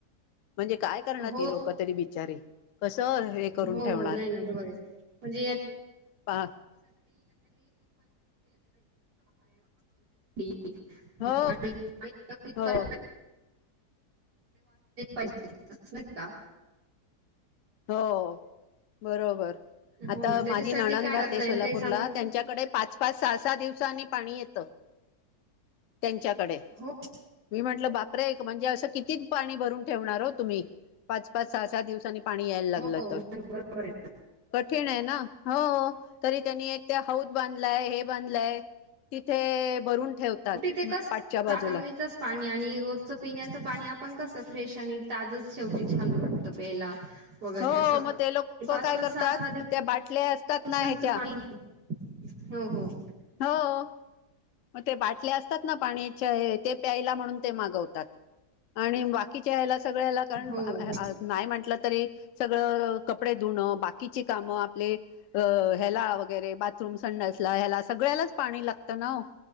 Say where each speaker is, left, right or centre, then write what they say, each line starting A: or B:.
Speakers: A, on the left; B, on the right.
A: म्हणजे काय करणारी
B: हो
A: लोक तरी बिचारी कसं हे करून
B: हो
A: ठेवणार
B: हो नाही ना बरोबर आहे म्हणजे
A: पा
B: <unintelligible>
A: हो
B: पाणी कमीत
A: हो
B: कमी पाहिजे न का
A: हो बरोबर
B: हो
A: आता
B: ना त्याच्यासाठी
A: माझी नाणंद
B: काय
A: राहते
B: करता
A: सोलापूरला
B: येईल काही सांगू शकशील?
A: त्यांच्याकडे पाच पाच सहा सहा दिवसांनी पाणी येतं <unintelligible> त्यांच्याकडे
B: हो
A: मी म्हंटलं बापरे म्हणजे असं किती पाणी भरून ठेवणार हो तुम्ही पाच पाच सहा सहा दिवसांनी पाणी यायला लागलं
B: हो
A: तर
B: नाही बरोबर आहे
A: कठीण आहे ना हो तरी त्यांनी एक त्या हाऊद बांधलाय हे बांधलंय तिथे भरून ठेवतात
B: तिथे कस
A: पाठच्या बाजूला
B: साठवणीचच पाणी आणि रोज पिण्याचं पाणी आपण कसं फ्रेश आणि ताजच शेवटी छान वाटतं प्यायला वगैरे
A: हो
B: असं
A: मग ते लोक
B: पाच
A: काय
B: पाच
A: करतात
B: स असव
A: त्या बाटल्या असतात ना
B: सांच
A: ह्याच्या
B: पा हो हो
A: हो मग ते बाटले असतात ना पाणीच्या ते प्यायला म्हणून ते मागवतात आणि बाकीच्या ह्याला सगळ्याला कारण
B: हो
A: नाही म्हटलं तरी सगळं कपडे धुणं बाकीची कामं आपले अ ह्याला वगैरे बाथरूम संडसला ह्याला सगळ्यालाच पाणी लागतं ना